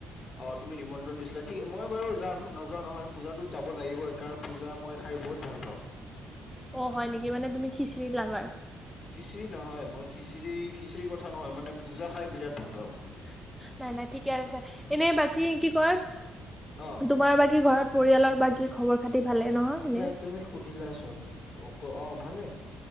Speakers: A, on the left (about 40°); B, in the centre.
A: অ', তুমি নিমন্ত্ৰণ দিছিলা, ঠিক মই বাৰু যাম নোযোৱা নহয় পূজাতোত যাব লাগিবই কাৰণ পূজা মই খাই বহুত ভাল পাওঁ।
B: অ', হয় নেকি, মানে তুমি খিচিৰি লাভাৰ।
A: খিচিৰি নহয়, মই খিচিৰি-খিচিৰি কথা নহয় মানে পূজা খাই বিৰাট ভাল পাওঁ মানে।
B: নাই নাই ঠিকে আছে, এনে বাকী কি কয়
A: অ
B: তোমাৰ বাকী ঘৰত পৰিয়ালৰ বাকী খবৰ খাতি ভালে নহয় এনে?
A: নাই তুমি সুধিলাচোন, অক অ', ভালে।